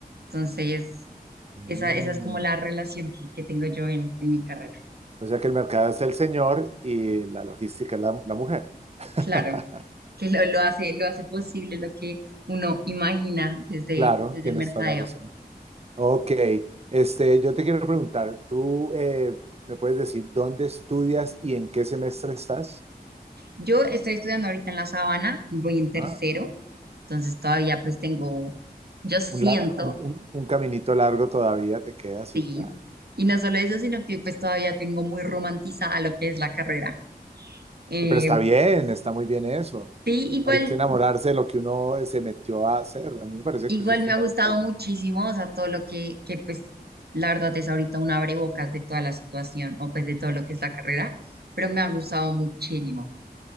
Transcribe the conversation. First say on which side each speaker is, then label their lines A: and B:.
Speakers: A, on the right (about 80°); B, on the right (about 40°).
A: Entonces,
B: Mm,
A: esa, esa es como la relación que, que tengo yo en, en mi carrera.
B: O sea que el mercado es el señor y la logística es la, la mujer. <laughs>
A: Claro, que lo, lo hace, lo hace posible lo que uno imagina desde,
B: Claro,
A: desde
B: tienes
A: el mercadeo.
B: toda la razón. Ok, este, yo te quiero preguntar, ¿tú eh, me puedes decir dónde estudias y en qué semestre estás?
A: Yo estoy estudiando ahorita en La Sabana, voy en tercero,
B: Ah,
A: entonces todavía pues tengo, yo siento,
B: un, la- un un- un caminito largo todavía te queda, sí,
A: sí,
B: claro.
A: y no solo eso, sino que pues todavía tengo muy romantizada lo que es la carrera. Eh,
B: Pero está bien, está muy bien eso.
A: sí, igual,
B: Hay que enamorarse de lo que uno eh, se metió a hacer. A mí me parece
A: igual
B: que eso es
A: me
B: fundamental.
A: ha gustado muchísimo, o sea, todo lo que, que pues la verdad es ahorita un abrebocas de toda la situación o pues de todo lo que es la carrera, pero me ha gustado muchísimo.